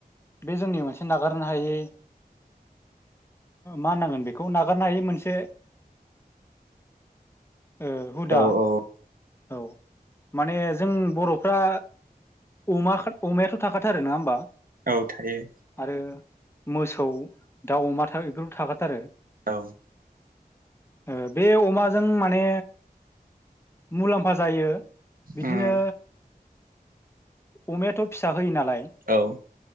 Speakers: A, on the left; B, on the right.
A: बे जोंनि मोनसे नागारनो हायै मा नांगोन बेखौ नागारनो हायायो मोनसे ओ हुदा
B: हागोन औ औ
A: औ माने जों बर'फ्रा अमा अमायाथ' थाखाथार आरो नङा होमबा
B: औ थायो
A: आरो मोसौ दाउ अमा था‌ बेफोरबो थाखाथारो
B: औ
A: ओ बे अमाजों माने मुलाम्फा जायो। बिदिनो
B: उम
A: अमायाथ फिसा होयो नालाय
B: औ